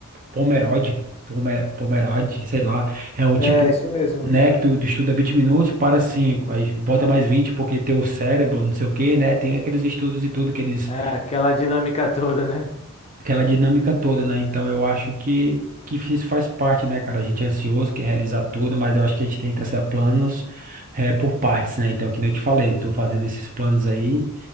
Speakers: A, on the right; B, on the left.
A: Pomerode, Pomer, Pomerade, sei lá, é o tipo,
B: É, isso mesmo.
A: né, que tu, tu estuda 20 minutos, para 5, aí bota mais 20 porque teu cérebro, não sei o quê, né, tem aqueles estudos e tudo que eles
B: É, aquela dinâmica toda, né?
A: aquela dinâmica toda, né? Então eu acho que, que isso faz parte, né, cara? A gente é ansioso, quer realizar tudo, mas eu acho que a gente tem que traçar planos eh, por partes, né? Então, que nem eu te falei, eu tô fazendo esses planos aí,